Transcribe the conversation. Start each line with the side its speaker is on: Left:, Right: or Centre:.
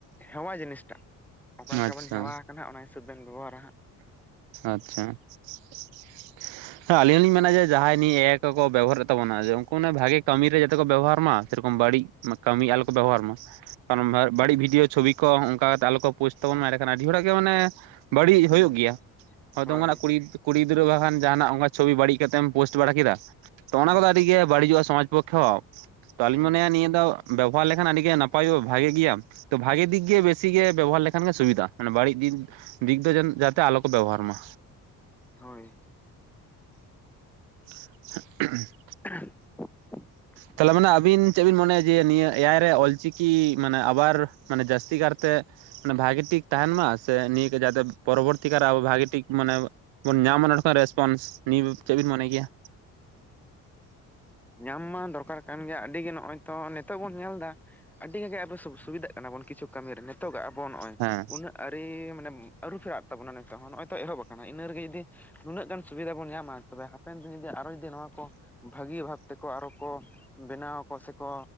Centre: ᱦᱮᱣᱟ ᱡᱤᱱᱤᱥ ᱴᱟᱜ ᱚᱠᱟᱞᱮᱠᱟᱵᱮᱱ
Right: ᱟᱪᱪᱷᱟ
Centre: ᱦᱮᱣᱟ ᱟᱠᱟᱱᱟ ᱚᱱᱟ ᱦᱤᱥᱟᱹᱵᱽ ᱵᱮᱱ ᱵᱮᱵᱚᱦᱟᱨ-ᱟ ᱾
Right: ᱟᱪᱪᱷᱟ ᱾ ᱦᱮᱸ ᱟᱹᱞᱤᱧ ᱦᱚᱸ ᱞᱤᱧ ᱢᱮᱱᱟ ᱡᱮ ᱡᱟᱦᱟᱸᱭ ᱱᱤᱭᱟᱹ ᱮᱭᱟᱭ ᱠᱚᱠᱚ ᱵᱮᱵᱚᱦᱟᱨ ᱮᱫ ᱛᱟᱵᱚᱱᱟ ᱩᱱᱠᱩ ᱢᱟᱱᱮ ᱵᱷᱟᱹᱜᱤ ᱠᱟᱹᱢᱤ ᱨᱮ ᱡᱟᱛᱮ ᱠᱚ ᱵᱮᱵᱚᱦᱟᱨ ᱢᱟ ᱾ ᱥᱮᱨᱚᱠᱚᱢ ᱵᱟᱹᱲᱤᱡ ᱠᱟᱹᱢᱤ ᱟᱞᱚ ᱠᱚ ᱵᱮᱵᱚᱦᱟᱨ ᱢᱟ ᱠᱟᱨᱚᱱ ᱵᱟᱹᱲᱤᱡ ᱵᱷᱤᱰᱤᱭᱳ ᱪᱷᱚᱵᱤ ᱠᱚ ᱚᱱᱠᱟ ᱠᱟᱛᱮ ᱟᱞᱚ ᱠᱚ ᱯᱳᱥᱴ ᱛᱟᱵᱚᱱ ᱢᱟᱭ ᱮᱱᱰᱮ ᱠᱷᱟᱱ ᱟᱹᱰᱤ ᱦᱚᱲᱟᱜ ᱜᱮ ᱢᱟᱱᱮ ᱵᱟᱹᱲᱤᱡ
Centre: ᱦᱩᱸ
Right: ᱦᱩᱭᱩᱜ ᱜᱮᱭᱟ ᱦᱚᱭᱛᱚ
Centre: ᱦᱳᱭ
Right: ᱢᱟᱱᱮ ᱠᱩᱲᱤᱫ ᱠᱩᱲᱤ ᱜᱤᱫᱽᱨᱟᱹ ᱵᱟᱠᱷᱟᱱ ᱡᱟᱦᱟᱸᱱᱟᱜ ᱚᱱᱠᱟ ᱪᱷᱚᱵᱤ ᱵᱟᱹᱲᱤᱡ ᱠᱟᱛᱮᱢ ᱯᱳᱥᱴ ᱵᱟᱲᱟ ᱠᱮᱫᱟ ᱛᱚ ᱚᱱᱟ
Centre: ᱦᱩᱸ
Right: ᱠᱚᱫᱚ ᱟᱹᱰᱤ ᱜᱮ ᱵᱟᱹᱲᱤᱡᱚᱜᱼᱟ ᱥᱚᱢᱟᱡᱽ ᱯᱚᱠ ᱛᱷᱚ ᱛᱚ ᱟᱹᱞᱤᱧ
Centre: ᱦᱩᱸ
Right: ᱢᱚᱱᱮᱭᱟ ᱱᱤᱭᱟᱹ ᱫᱚ ᱾ ᱵᱮᱵᱚᱦᱟᱨ ᱞᱮᱠᱷᱟᱱ ᱟᱹᱰᱤ ᱜᱮ ᱱᱟᱯᱟᱭᱚᱜᱼᱟ ᱵᱷᱟᱹᱜᱤ ᱜᱮᱭᱟ ᱛᱚ ᱵᱷᱟᱹᱜᱤ ᱫᱤᱠᱜᱮ ᱵᱮᱥᱤ ᱜᱮ ᱵᱮᱵᱚᱦᱟᱨ ᱞᱮᱠ ᱾ ᱠᱷᱟᱱ ᱜᱮ ᱥᱩᱵᱤᱫᱟᱜ-ᱟ, ᱢᱟᱱᱮ ᱵᱟᱹᱲᱤᱡ ᱫᱤᱠ ᱫᱤᱠ ᱫᱚ ᱡᱟ ᱡᱟᱛᱮ ᱟᱞᱚ ᱠᱚ ᱵᱮᱵᱚᱦᱟᱨ ᱢᱟ᱾
Centre: ᱦᱳᱭ ᱾
Right: <unintelligible>
Centre: <unintelligible>
Right: ᱛᱟᱦᱚᱞᱮ ᱢᱟᱱᱮ ᱟᱵᱤᱱ ᱪᱮᱫ ᱵᱤᱱ ᱢᱚᱱᱮᱭᱟ? ᱡᱮ ᱱᱤᱭᱟᱹ ᱮᱭᱟᱭ ᱨᱮ ᱚᱞ--᱾ ᱪᱤᱠᱤ ᱢᱟᱱᱮ ᱟᱵᱟᱨ ᱢᱟᱱᱮ ᱡᱟᱹᱥᱛᱤ ᱠᱟᱨᱛᱮ ᱢᱟᱱᱮ ᱵᱷᱟᱜᱤ ᱴᱷᱤᱠ ᱛᱟᱦᱮᱸᱱ ᱢᱟ ᱥᱮ ᱱᱤᱭᱟᱹ ᱜᱮ ᱡᱟᱛᱮ ᱯᱚᱨᱚᱵᱚᱨᱛᱤ ᱠᱟᱞᱨᱮ ᱟᱵᱚ ᱵᱷᱟᱜᱤ ᱴᱷᱤᱠ ᱢᱟᱱᱮ ᱟᱵᱚ ᱵᱚᱱ ᱧᱟᱢᱟ ᱱᱚᱸᱰᱮ ᱠᱷᱚᱱ ᱨᱮᱥᱯᱚᱱᱥ ᱱᱤᱭᱟᱹ ᱪᱮᱫ ᱵᱤᱱ ᱢᱚᱱᱮ ᱜᱮᱭᱟ?
Centre: ᱧᱟᱢ ᱢᱟ ᱫᱚᱨᱠᱟᱨ ᱠᱟᱱ ᱜᱮᱭᱟ, ᱟᱹᱰᱤ ᱜᱮ ᱱᱚᱜ-ᱚᱭ ᱛᱚ ᱱᱤᱛᱳᱜ ᱵᱚᱱ ᱧᱮᱞ ᱫᱟ᱾ ᱟᱹᱰᱤ ᱜᱟ ᱜᱮ ᱟᱵᱚ ᱥᱩ ᱥᱩᱵᱤᱫᱟᱜ ᱠᱟᱱᱟ ᱵᱚᱱ ᱠᱤᱪᱷᱩ ᱠᱟᱹᱢᱤ ᱨᱮ᱾ ᱱᱤᱛᱚᱜ ᱜᱟᱜ ᱟᱵᱚ ᱱᱚᱜ-ᱚᱭ
Right: ᱦᱮᱸ
Centre: ᱩᱱᱟᱹᱜ ᱟᱹᱨᱤ ᱢᱟᱱᱮ ᱟᱹᱨᱩ ᱯᱷᱮᱨᱟᱜ ᱛᱟᱵᱚᱱᱟ ᱱᱤᱛᱚᱜ ᱦᱚᱸ ᱱᱚᱜ-ᱚᱭ ᱛᱚ ᱮᱦᱚᱵ ᱟᱠᱟᱱᱟ᱾ ᱤᱱᱟᱹ ᱨᱮᱜᱮ ᱡᱩᱫᱤ ᱩᱱᱟᱹᱜ ᱜᱟᱱ ᱥᱩᱵᱤᱫᱷᱟ ᱵᱚᱱ ᱧᱟᱢᱟ᱾ ᱛᱚᱵᱮ ᱦᱟᱯᱮᱱ ᱫᱤᱱ ᱨᱮ ᱟᱨᱚ ᱡᱩᱫᱤ ᱱᱚᱣᱟ ᱠᱚ ᱵᱷᱟᱹᱜᱤ ᱵᱷᱟᱵ ᱛᱮᱠᱚ ᱟᱨᱚ ᱠᱚ ᱵᱮᱱᱟᱣ ᱟᱠᱚ ᱥᱮ ᱠᱚ